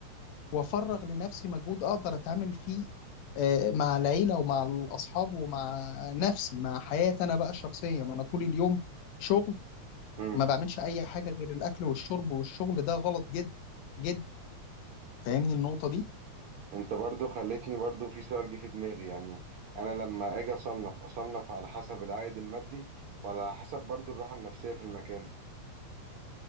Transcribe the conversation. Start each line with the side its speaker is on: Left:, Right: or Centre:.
Left: وافرغ لنفسي مجهود اقدر اتعامل فيه آه، مع العيله ومع الاصحاب ومع نفسي مع حياتي انا بقى الشخصيه ما انا طول اليوم شغل
Right: مم.
Left: ما بعملش اي حاجه غير الاكل والشرب والشغل ده غلط جدا جدا فاهمني النقطه دي
Right: أنت برضو خلتني برضو في سؤال جه في دماغي يعني أنا لما أجي أصنف أصنف على حسب العائد المادي ولا على حسب برضو الراحة النفسية في المكان